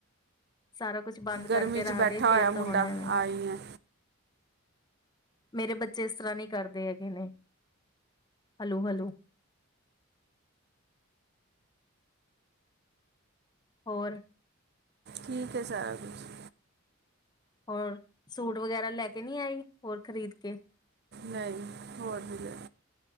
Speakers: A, on the left; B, on the right.
A: ਸਾਰਾ ਕੁਛ ਬੰਦ
B: ਗਰਮੀ
A: ਕਰਕੇ
B: 'ਚ
A: ਰੱਖਦੇ
B: ਬੈਠਾ
A: ਆ ਫੇਰ
B: ਹੋਇਆ ਮੁੰਡਾ
A: ਤਾਂ ਹੁਣ ਐਵੇਂ।
B: ਆਈ ਹੈ
A: ਮੇਰੇ ਬੱਚੇ ਇਸ ਤਰ੍ਹਾਂ ਨੀ ਕਰਦੇ ਹੈਗੇ ਨੇ। Hello, hello. ਹੋਰ?
B: ਠੀਕ, ਹੈ ਸਾਰਾ ਕੁਛ।
A: ਹੋਰ, ਸੂਟ ਵਗੈਰਾ ਲੈ ਕੇ ਨਹੀਂ ਆਈ, ਹੋਰ ਖ਼ਰੀਦ ਕੇ?
B: ਨਹੀਂ, ਹੋਰ ਨਹੀਂ ਲਿਆ।